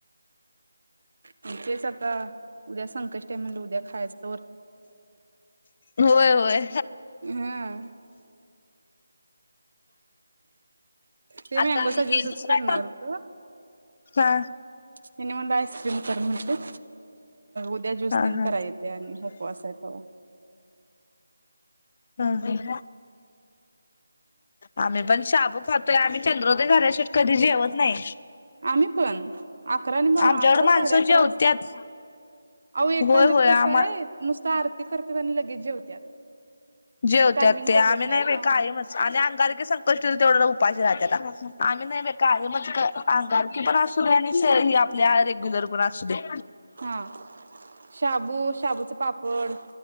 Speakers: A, on the right; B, on the left.
A: म्हंंजेच आता उद्या संकष्टीय म्हणलं उद्या खायाचं.
B: होय होय.
A: हा. ते मँगोचा
B: आता हे
A: ज्यूसच
B: दुसरा
A: करणार
B: टाक
A: होतो
B: हा
A: त्यांनी म्हणलं आईस्क्रीम कर म्हणतेत. उद्या ज्युस
B: हा
A: तेन
B: हा
A: कराय येतय आणि उपवास तवा
B: हम हं आम्ही पण शाबू खातोय आम्ही चंद्रोदय झाल्याशिवाय कधी जेवत नाही.
A: आम्ही पण अकरा आणि भा
B: आमच्याकडं
A: अकरा
B: माणसं
A: साडे अकरा
B: जेवत्यात
A: वाजत्यात आहो एकांच्यात
B: होय होय
A: कसं
B: आम्हा
A: आहे नुसत आरती करत <unintelligible> आणि लगेच जेवत्यात.
B: जेवत्यात
A: टायमिंग
B: ते
A: बघत
B: आम्ही
A: नाहीत
B: नाही बाइ
A: हा
B: कायमच आणि अंगारकी संकष्टी तर तेवढ उपाशी राहतेता आम्ही नाही बाई कायमच क अंगारकी पण असूदे आणि से ही आपलं रेग्युलर पण असू दे.
A: हा शाबू शाबूचा पापड